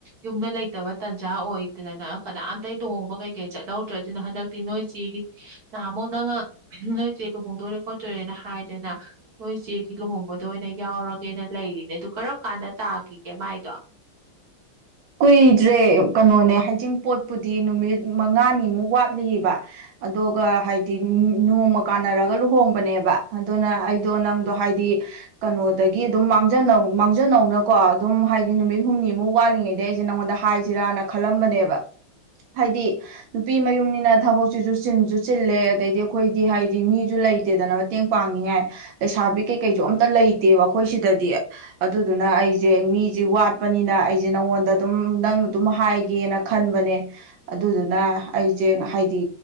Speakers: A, on the right; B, on the right.
A: ꯌꯨꯝꯗ ꯂꯩꯇꯕ ꯇꯥꯟꯖꯥ ꯑꯣꯏꯗꯅ ꯀꯅꯥꯝꯇ ꯂꯨꯍꯣꯡꯕ ꯀꯩꯀꯩ ꯆꯠꯍꯧꯗ꯭ꯔꯦ ꯑꯗꯨꯅ ꯍꯟꯗꯛꯇꯤ ꯅꯣꯏ ꯆꯦꯒꯤ ꯅꯍꯥꯃꯨꯛ ꯅꯪ ꯅꯣꯏ ꯆꯦ ꯂꯨꯍꯣꯡꯗꯣꯔꯦ ꯈꯣꯠꯇꯣꯔꯦꯅ ꯍꯥꯏꯗꯅ ꯅꯣꯏ ꯆꯦꯒꯤ ꯂꯨꯍꯣꯡꯕꯗ ꯑꯣꯏꯅ ꯌꯥꯎꯔꯒꯦꯅ ꯂꯩꯔꯤꯅꯦ ꯑꯗꯨ ꯀꯔꯝ ꯀꯥꯟꯗ ꯇꯥꯈꯤꯒꯦ ꯃꯥꯏꯗꯣ
B: ꯀꯨꯏꯗ꯭ꯔꯦ ꯀꯩꯅꯣꯅꯦ ꯍꯥꯏꯖꯤꯡ ꯄꯣꯠꯄꯨꯗꯤ ꯅꯨꯃꯤꯠ ꯃꯉꯥꯅꯤꯃꯨꯛ ꯋꯥꯠꯂꯤꯑꯕ ꯑꯗꯨꯒ ꯍꯥꯏꯗꯤ ꯅꯣꯡꯃ ꯀꯥꯟꯅꯔꯒ ꯂꯨꯍꯣꯡꯕꯅꯦꯕ ꯑꯗꯨꯅ ꯑꯩꯗꯣ ꯅꯪꯗꯣ ꯍꯥꯏꯗꯤ ꯀꯩꯅꯣꯗꯒꯤ ꯑꯗꯨꯝ ꯃꯥꯡꯖꯧ ꯃꯥꯡꯖꯅꯧꯅꯀꯣ ꯑꯗꯨꯝ ꯍꯥꯏꯗꯤ ꯅꯨꯃꯤꯠ ꯍꯨꯝꯅꯤꯃꯨꯛ ꯋꯥꯠꯂꯤꯉꯩ ꯑꯩꯁꯦ ꯅꯉꯣꯟꯗ ꯍꯥꯏꯁꯤꯔꯥꯅ ꯈꯜꯂꯝꯕꯅꯦꯕ ꯍꯥꯏꯗꯤ ꯅꯨꯄꯤ ꯃꯌꯨꯝꯅꯤꯅ ꯊꯕꯛꯁꯤꯁꯨ ꯆꯤꯟꯁꯨ ꯆꯤꯜꯂꯦ ꯑꯗꯩꯗꯤ ꯑꯈꯣꯏꯗꯤ ꯍꯥꯏꯗꯤ ꯃꯤꯁꯨ ꯂꯩꯇꯦꯗꯅ ꯃꯇꯦꯡ ꯄꯥꯡꯅꯤꯡꯉꯥꯏ ꯂꯩꯁꯥꯕꯤ ꯀꯩꯀꯩꯁꯨ ꯑꯝꯇ ꯂꯩꯇꯦꯕ ꯑꯩꯈꯣꯏ ꯁꯤꯗꯗꯤ ꯑꯗꯨꯗꯨꯅ ꯑꯩꯁꯦ ꯃꯤꯁꯦ ꯋꯥꯠꯄꯅꯤꯅ ꯑꯩꯁꯦ ꯅꯉꯣꯟꯗ ꯑꯗꯨꯝ ꯅꯪ ꯑꯗꯨꯝ ꯍꯥꯏꯒꯦꯅ ꯈꯟꯕꯅꯦ ꯑꯗꯨꯗꯨꯅ ꯑꯩꯁꯦ ꯍꯥꯏꯗꯤ